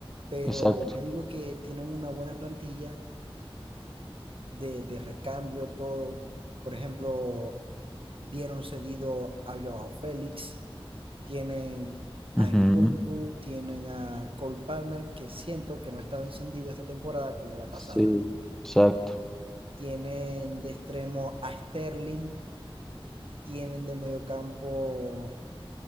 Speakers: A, on the right; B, in the centre.
A: Pero
B: exacto.
A: yo digo que tienen una buena plantilla de, de recambio, todo. Por ejemplo, dieron cedido a Joao Félix, tienen a
B: Ujú,
A: Nkunku, tienen a Cole Palmer, que siento que no ha estado encendido esta temporada como la pasada.
B: Sí, exacto.
A: Tienen de extremo a Sterling, tienen de mediocampo,